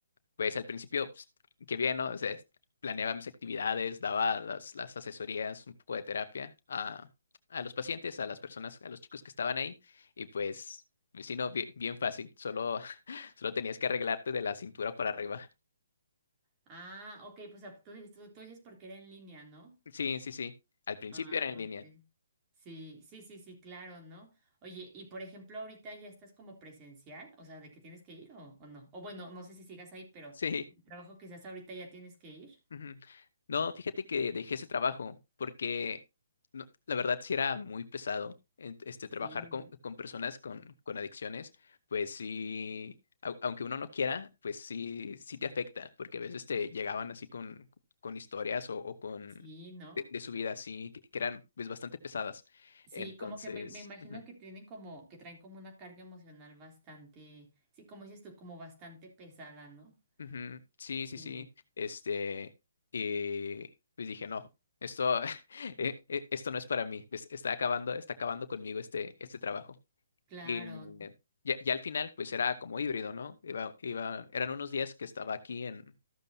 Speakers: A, on the left; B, on the right.
A: pues al principio, pues, qué bien, ¿no? O sea, planeaba mis actividades, daba las, las asesorías, un poco de terapia a, a los pacientes, a las personas, a los chicos que estaban ahí. Y pues, pues, sí, no, bien, bien fácil, solo, <laughs> solo tenías que arreglarte de la cintura para arriba. <laughs>
B: Ah, ok, pues ah, tú, dices- tú, tú dices porque era en línea, ¿no?
A: Sí, sí, sí. Al principio
B: Ah,
A: era en línea.
B: ok. Sí, sí, sí, sí, claro, ¿no? Oye, y por ejemplo, ahorita ya estás como presencial, o sea, de que tienes que ir o, o no. O bueno, no sé si sigas ahí, pero
A: Sí.
B: el trabajo que estás ahorita ya tienes que ir.
A: Ujú. No, fíjate que dejé ese trabajo porque no- la verdad sí era muy pesado en- este trabajar
B: Sí,
A: con,
B: ¿no?
A: con personas con, con adicciones, pues sí, au- aunque uno no quiera, pues sí, sí te afecta, porque a veces te llegaban así con, con historias o, o con
B: Sí, ¿no?
A: de, de su vida así, que, que eran pues bastante pesadas.
B: Sí,
A: Entonces,
B: como que me, me imagino
A: ujú.
B: que tienen como, que traen como una carga emocional bastante, sí, como dices tú, como bastante pesada, ¿no?
A: Ujú, Sí,
B: Sí.
A: sí, sí. Este, y pues dije, no, esto, <laughs> e- e- esto no es para mí. Es- Está acabando, está acabando conmigo este, este trabajo.
B: Claro,
A: Y
B: ¿no?
A: eh, ya, ya al final, pues era como híbrido, ¿no? Iba, iba, eran unos días que estaba aquí en,